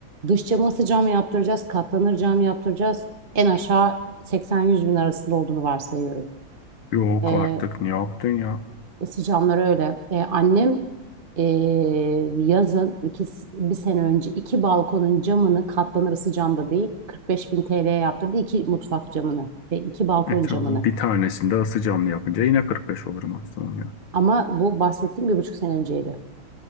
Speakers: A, on the right; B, on the left.
A: Dış camı ısı cam yaptıracağız, katlanır cam yaptıracağız. En aşağı 80-100 bin arasında olduğunu varsayıyorum.
B: Yok
A: Ee,
B: artık ne yaptın ya?
A: ısı camları öyle. Ee, annem ee, yazın iki, bir sene önce iki balkonun camını katlanır ısı camda değil 45 bin TL'ye yaptırdı. iki mutfak camını, şey, iki balkon
B: E tamam
A: camını.
B: bir tanesinde ısı camlı yapınca yine 45 olur maksimum ya.
A: Ama bu bahsettiğim bir buçuk sene önceydi.